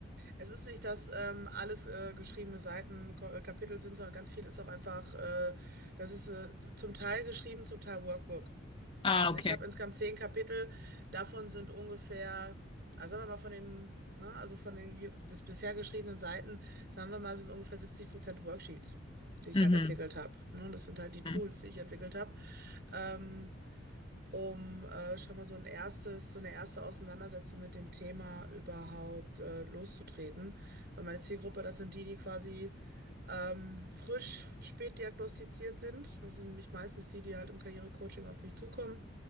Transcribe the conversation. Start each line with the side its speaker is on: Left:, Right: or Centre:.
Right: Es ist nicht, dass ähm, alles äh, geschriebene Seiten Ko- äh, Kapitel sind, sondern ganz viel ist auch einfach, äh, das ist äh, zum Teil geschrieben, zum Teil Workbook.
Left: Ah,
Right: Ja, also
Left: okay.
Right: ich habe insgesamt zehn Kapitel, davon sind ungefähr, also sagen wir mal von den, na, also von den je- bis, bisher geschriebenen Seiten, sagen wir mal, sind ungefähr 70% Worksheets, die ich
Left: Mhm.
Right: halt entwickelt habe. Ne? Und das sind halt die Tools,
Left: Mhm.
Right: die ich entwickelt habe. Ähm, um äh, schon mal so ein erstes, so eine erste Auseinandersetzung mit dem Thema überhaupt äh, loszutreten. Weil meine Zielgruppe, das sind die, die quasi ähm, frisch spät diagnostiziert sind. Das sind nämlich meistens die, die halt im Karrierecoaching auf mich zukommen.